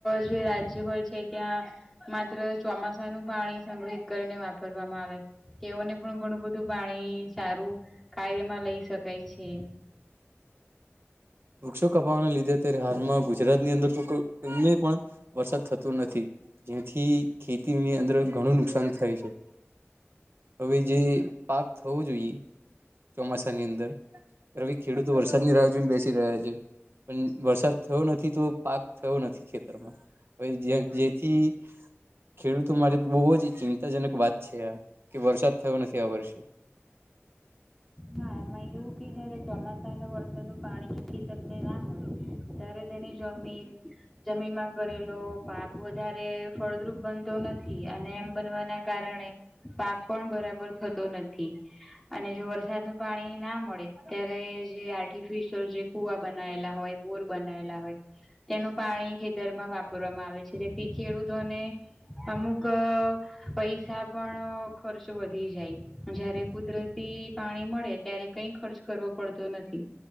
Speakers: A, in the centre; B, on the right.
A: જે રાજ્ય હોય છે ત્યાં માત્ર ચોમાસા નું પાણી સંગ્રહિત કરીને વાપરવામાં આવે. તેઓને પણ ઘણું બધું પાણી સારું કાર્યમાં લઈ શકાય છે.
B: વૃક્ષો કપાવાના લીધે અત્યારે હાલમાં ગુજરાત ની અંદર તો પણ વરસાદ થતો નથી જેથી ખેતીની અંદર ઘણું નુકસાન થાય છે. હવે જે પાક થવો જોઈએ ચોમાસા ની અંદર રવિ ખેડૂતો વરસાદની રાહ જોઈને બેસી રહ્યા છે. પણ વરસાદ થયો નથી તો પાક થયો નથી ખેતરમાં. જેથી ખેડૂતો માટે બહુ જ ચિંતાજનક વાત છે આ કે વરસાદ થયો નથી આ વર્ષે.
A: હા એમાં એવું કે જયારે ચોમાસા વરસા વરસાદ ન પાણી ખેતરને ના મળે ત્યારે તેની જમીન જમીનમાં કરેલો પાક વધારે ફળદ્રુપ બનતો નથી અને એમ બનવાના કારણે પાક પણ બરાબર થતો નથી અને જો વર વરસાદ નું પાણી ના મળે ત્યારે જે આર્ટિફિશયલ જે કુવા બનાયેલા હોય બોર બનાયેલા હોય તેનું પાણી ખેતરમાં વાપરવામાં આવે છે જેથી ખેડૂતોને અમુક પૈસા પણ ખર્ચ વધી જાય જયારે કુદરતી પાણી મળે ત્યારે કઈ ખર્ચ કરવો પડતો નથી